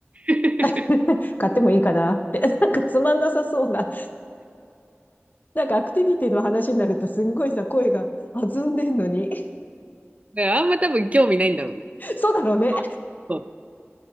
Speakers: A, on the right (about 30°); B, on the left (about 40°).
A: <laughs>
B: <laughs> 買ってもいいかなって。<laughs> なんかつまんなさそうな。なんかアクティビティの話になると、すんごいさ、声が弾んでんのに。
A: だからあんま多分興味ないんだろうね。
B: <laughs> そうだろうね。
A: まあそう